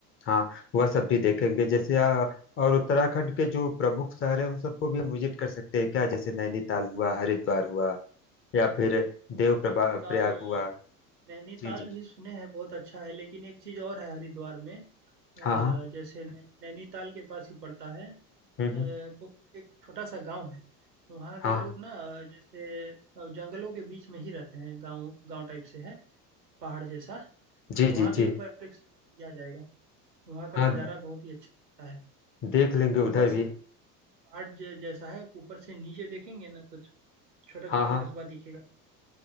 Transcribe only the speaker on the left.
हाँ वह सब भी देखेंगे जैसे आ, और उत्तराखंड के जो प्रमुख शहर हैं उन सबको भी हम विजिट कर सकते हैं क्या जैसे नैनीताल हुआ हरिद्वार हुआ या फिर देव
प्रभा प्रयाग हुआ
जी जी
हाँ हाँ
हम्म हम्म,
हाँ
जी
जी
जी
हाँ
देख लेंगे
उधर
भी
हाँ हाँ